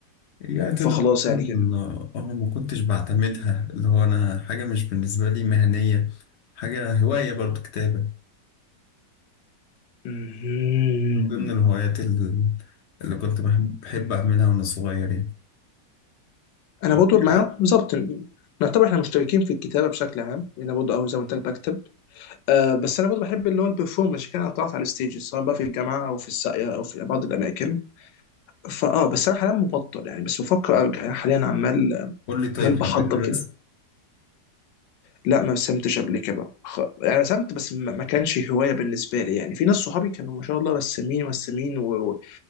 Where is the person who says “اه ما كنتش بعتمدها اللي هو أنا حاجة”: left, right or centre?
Left